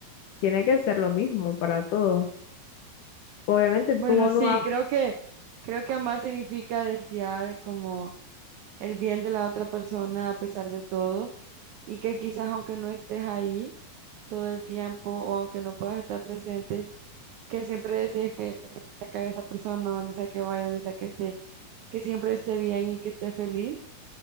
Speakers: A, on the left (about 75°); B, on the right (about 85°).
A: tiene que ser lo mismo para todos. Obviamente
B: Bueno,
A: tú
B: sí,
A: no amas,
B: creo que creo que amar significa desear como el bien de la otra persona a pesar de todo y que quizás aunque no estés ahí todo el tiempo o aunque no puedas estar presente, que siempre decías que acá esa persona, donde sea que vaya, donde sea que esté, que siempre esté bien y que esté feliz,